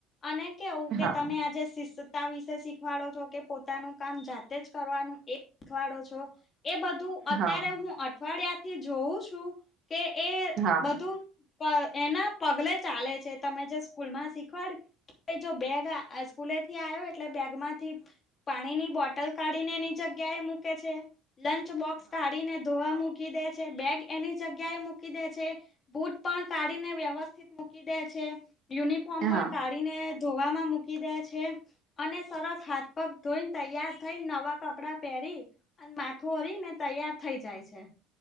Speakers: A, on the left; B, on the right.
A: અને કેવું કે
B: હા હા
A: તમે આજે શિસ્ વિશે શીખવાડો છો કે પોતાનું કામ જાતે જ કરવાનું શીખવાડો છો એ બધું અત્યારે
B: હા
A: હું અઠવાડિયાથી જોઉ છું. કે એ
B: હા
A: બધુ એના પગલે ચાલે છે તમે જે સ્કૂલ માં શીખવાડ્યું જો બેગ હ સ્કૂલે થી આવ્યો એટલે બેગ માંથી પાણી ની બોટલ કાઢી ને એની જગ્યા એ મૂકે છે. લંચ બોક્સ કાઢીને ધોવા મૂકી દે છે બેગ એની જગ્યાએ મૂકી દે છે. બૂટ પણ કાઢીને વ્યવસ્થિત મૂકીદે છે. યુનિફોર્મ
B: હા
A: પણ કાઢીને ધોવામાં મૂકીદે છે. અને સરસ હાથ પગ ધોઈને તૈયાર થઈને નવા કપડાં પહેરી અને માથું ઓરીને તૈયાર થઇ જાય છે.